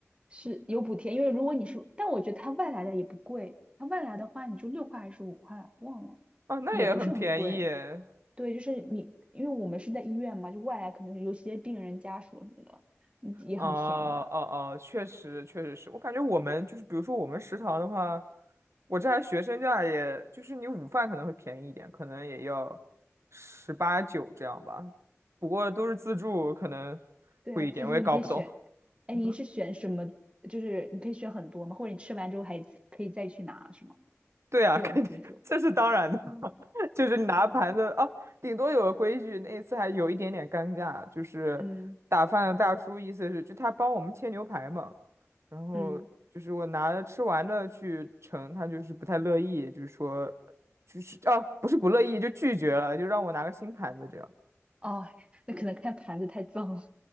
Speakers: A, on the right; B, on the right.
A: 是有补贴，因为如果你是，但我觉得它外来的也不贵，它外来的话你就六块还是五块，忘了，
B: 哦，那也很便宜耶
A: 也不是很贵。对，就是你，因为我们是在医院嘛，就外来可能有些病人家属什么的，嗯也很便宜啊。
B: 哦哦哦，确实确实是我感觉我们就是，比如说我们食堂的话，我这还学生价也，就是你午饭可能会便宜一点，可能也要十八九这样吧，不过都是自助，可能
A: 对啊，
B: 贵一点，
A: 自助你可以选，
B: 我也搞不懂。
A: 哎，
B: <laughs>
A: 你是选什么？就是你可以选很多嘛，或者你吃完之后还可以再去拿，是吗？
B: 对啊，
A: 这种自助。
B: <laughs> 肯定这是当然的，<laughs>
A: 哦，
B: 就是你拿盘子哦，
A: 对，哦，
B: 顶多有个规矩，那一次还有一点点尴尬，就是打饭的大叔意思是就他帮我们切牛排嘛，
A: 嗯
B: 然后就是我拿着吃完的去盛，
A: 嗯，
B: 他就是不太乐意，就是说就是哦，不是不乐意就拒绝了，就让我拿个新盘子这样，
A: 哦，<laughs> 那可能看盘子太脏了，